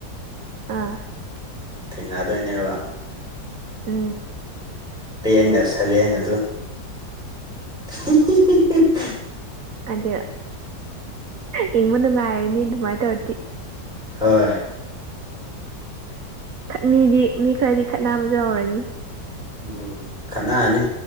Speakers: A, on the right; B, in the centre.
A: ꯑꯥ
B: ꯊꯦꯡꯅꯗꯣꯏꯅꯦꯕ
A: ꯑ
B: ꯄꯉꯁꯕꯡ ꯑꯗꯨ <inaudible>
A: ꯑꯗ ꯌꯦꯡꯕ ꯅꯨꯡꯉꯥꯏꯔꯅꯤ ꯑꯗꯨꯃꯥꯏꯅ ꯇꯧꯔꯗꯤ
B: ꯍꯣꯏ
A: ꯈꯠ ꯃꯤꯗꯤ ꯃꯤ ꯈꯔꯗꯤ ꯈꯠꯕꯁꯨ ꯌꯥꯔꯅꯤ
B: ꯎꯝ ꯈꯟꯅꯅꯔꯅꯤ